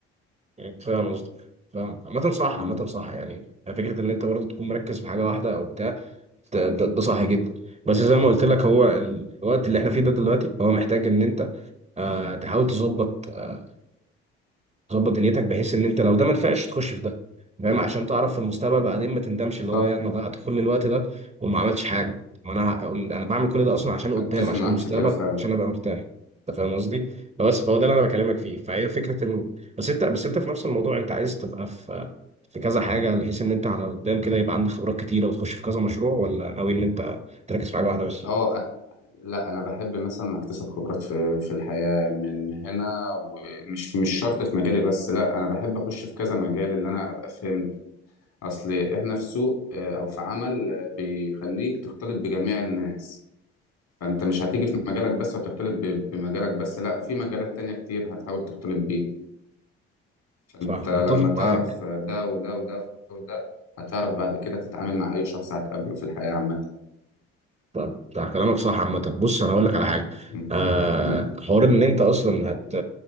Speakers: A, on the right; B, on the left.
A: آه. فاهم قصدي فاهم عامة صح
B: مم.
A: عامة صح يعني فكرة إن أنت برضه تكون مركز في حاجة واحدة أو بتاع ده, ده, ده صح جدا بس زي ما قلت لك هو الوقت اللي إحنا فيه ده دلوقتي هو محتاج إن أنت آه تحاول تظبط آه ظبط دنيتك بحيث ان انت لو ده ما نفعش تخش في ده فاهم عشان تعرف في المستقبل بعدين ما تندمش
B: صح
A: اللي هو يعني انا ضيعت كل الوقت ده وما عملتش حاجه طب ما انا هقول- انا بعمل كل ده اصلا عشان قدام
B: اتفق
A: عشان
B: معاك
A: المستقبل
B: في كده فعلا
A: عشان ابقى مرتاح انت فاهم قصدي بس فهو ده اللي انا بكلمك فيه فهي فكره انه بس انت بس انت في نفس الموضوع انت عايز تبقى في في كذا حاجه بحيث ان انت على قدام كده يبقى عندك خبرات كتيره وتخش في كذا مشروع ولا ناوي ان انت تركز في حاجه واحده بس
B: اه أ- لا انا بحب مثلا اكتسب خبرات في في الحياه من هنا ومش مش شرط في مجالي بس لا انا بحب اخش في كذا مجال اللي انا ابقى فاهم اصل احنا في سوق آه، او في عمل آه، بيخليك تختلط بجميع الناس فانت مش هتيجي في مجالك بس وتختلط ب- بمجالك بس لا في مجالات تانية كتير هتحاول تختلط بيه فانت
A: صح
B: لما
A: متفق
B: تعرف
A: معاك
B: ده وده وده وده هتعرف بعد كده تتعامل مع اي شخص هتقابله في الحياه عامه
A: طب ده كلامك صح عامة بص انا اقول لك على حاجة
B: م-
A: آه
B: م.
A: حوار ان انت اصلا هت...